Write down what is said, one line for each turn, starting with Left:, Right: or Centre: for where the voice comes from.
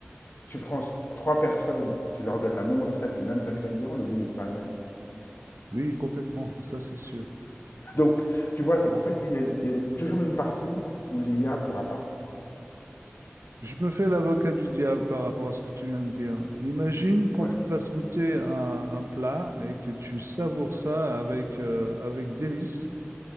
Left: tu prends s- trois personnes, tu leur donnes la même recette, les mêmes ingrédients, le goût n'est pas le même.
Right: Oui, complètement, ça c'est sûr.
Left: <laughs> Donc, tu vois, c'est pour ça qu'il y a, il y a une- toujours une partie où l'IA pourra pas.
Right: Je me fais l'avocat du diable par rapport à ce que tu viens de dire. Imagine qu'on
Left: Ouais.
Right: te fasse goûter un, un plat et que tu savoures ça avec, euh, avec délice